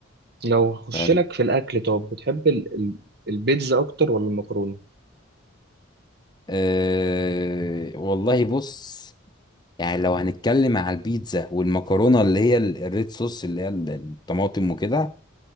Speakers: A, on the right (about 50°); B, on the left (about 20°).
A: لو هخش
B: فاهم
A: لك في الأكل طب بتحب ال... ال- البيتزا أكتر ولا المكرونة؟
B: آه والله بص يعني لو هنتكلم على البيتزا والمكرونة اللي هي ال- الريد صوص اللي هي ال- الطماطم وكده